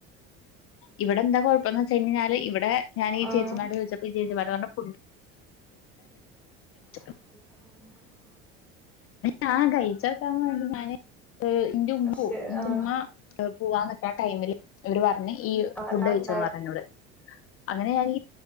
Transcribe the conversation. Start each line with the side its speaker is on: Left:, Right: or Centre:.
Left: ഇവിടെന്താ കൊയ്പ്പന്ന് ച്ച് കഴിഞ്ഞാൽ ഇവിടെ ഞാൻ ഈ
Centre: ആഹ്
Left: ചേച്ചി ഇങ്ങാണ്ട് ചോയ്ച്ചു ഈ ചേച്ചിമാര് പറഞ്ഞു <unintelligible>
Centre: <inaudible>
Left: ഞാൻ കഴിച്ചോക്കാവേണ്ടി ഞാന് ഇന്റെ ഉമ്മപ്പൂം
Centre: പക്ഷെ
Left: എന്റുമ്മ
Centre: ആഹ്
Left: പോവാന്നിക്ക ടൈമില് ഇവര് പറഞ്ഞ് ഈ
Centre: അതെല്ലാം
Left: ഫുഡ് കഴിച്ചോന്ന്
Centre: ഉണ്ടായി
Left: റഞ്ഞെന്നോട് അങ്ങനെ ഞാനി